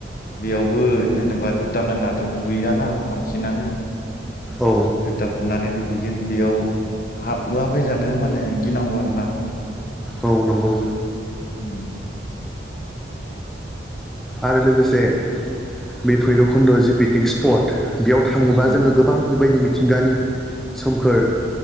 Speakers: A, on the left; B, in the centre.
A: बेयावबो जेनेबा जुथा गाननाथ दुगैयाना बांसिनानो
B: औ
A: जुथा खुनानै दुगैगोन बेयाव हाबलाबायजानो माने गिनांगौ आरोना
B: औ नंगौ
A: ओम।
B: आरो लोगोसे बे भैरबखुन्द जि पिकनिक स्पट, बेयाव थाङोबा
A: औ
B: जोङो गोबां बेबायदि मि मिथिंगानि सोमखोर,